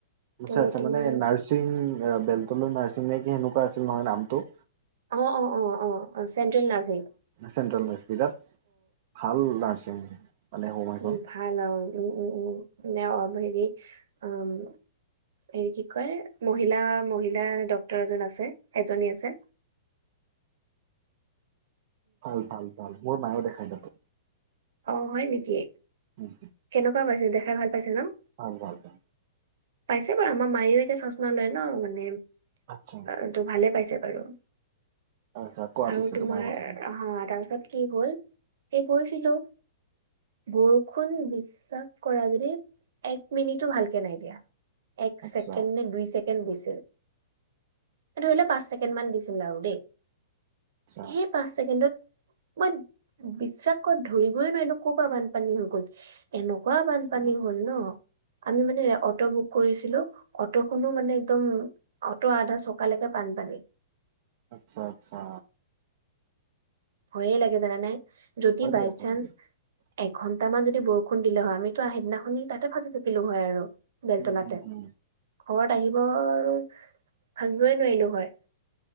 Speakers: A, on the right (about 45°); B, on the right (about 65°).
A: আচ্ছা
B: ত'
A: আচ্ছা
B: তোমাৰ
A: মানে নাৰ্ছিং বেলতলা নাৰ্ছিং নে কি সেনেকুৱা আছিল নহয় নামটো
B: অ অ অ অ চেন্ট্ৰেল নাৰ্চিং
A: চেণ্ট্ৰেলমিস্পিলাত ভাল নাৰ্ছিং মানে হোম এখন
B: উম ভাল আৰু উম উমউম হেৰি উম হেৰি কি কয় মহিলা-মহিলা ডক্তৰ এজন আছে এজনী আছে।
A: ভাল ভাল ভাল মোৰ মায়েও দেখাই তাতে।
B: অ হয় নেকি?
A: উম
B: কেনেকুৱা পাইছে দেখাই ভাল পাইছে ন?
A: ভাল ভাল ভাল
B: পাইছে বাৰু আমাৰ মায়েও এতিয়া চশমা লয় ন মানে
A: আচ্ছা
B: অ ত ভালে পাইছে বাৰু
A: আচ্ছা কোৱা
B: আৰু
A: পিছে
B: তোমাৰ
A: কথাখিনি
B: অ তাপাছত কি হ'ল এ কৈছিলো বৰষুণ দি বিশ্বাস কৰা যদি এক মিনিটো ভালকে নাই দিয়া এক
A: আচ্ছা
B: ছেকেণ্ড নে দুই ছেক কেণ্ড দিছিল এ ধৰি ল পাঁচ ছেকেণ্ড মান দিছিল আৰু দেই
A: আচ্ছা
B: হেপ পাঁচ ছেকেণ্ডত মই বিশ্বাসত ধৰিবই নোৱাৰিলোঁ ক'ৰ পৰা বানপানী হৈ গ'ল এনকা বানপানী
A: আচ্ছা
B: হ'ল ন আমি মানে অট বুক কৰিছিলো অট'খনো মানে একদম অ'ট আধা চকালেকে বানপানী
A: আটচ্ছা আটচ্ছা
B: ভয়ে লাগে জানানে যদি
A: ভয়
B: বাইচান্স
A: লাগে আপোনালোকে
B: এঘণ্টা মান যদি বৰষুণ দিলে হয় আমিতো আহ সিদিনাখনি তাতে ফাঁচি থাকিলো হয় আৰু বেলতলাতে
A: উম উম উম
B: ঘৰত আহিব আৰু ভাবিবই নোৱাৰিলো হয়।